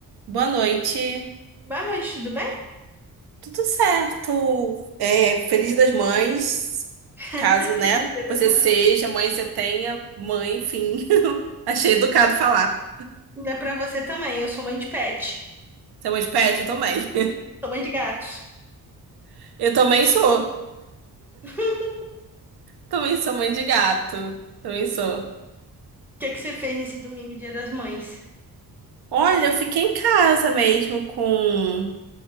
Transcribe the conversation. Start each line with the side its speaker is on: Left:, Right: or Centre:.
Right: Boa noite.
Centre: Boa noite, tudo bem?
Right: Tudo certo? É, Feliz das Mães,
Centre: <laughs>
Right: caso,
Centre: Feliz
Right: né,
Centre: Dia das
Right: você
Centre: Mães.
Right: seja mãe, você tenha mãe, enfim. <laughs> Achei educado falar.
Centre: Não é pra você também, eu sou mãe de pet.
Right: Você é mãe de pet? Eu também.
Centre: Sou mãe de gatos.
Right: <laughs> Eu também sou.
Centre: <laughs>
Right: Também sou mãe de gato. Também sou.
Centre: O que é que você fez nesse domingo, Dia das Mães?
Right: Olha, eu fiquei em casa mesmo com,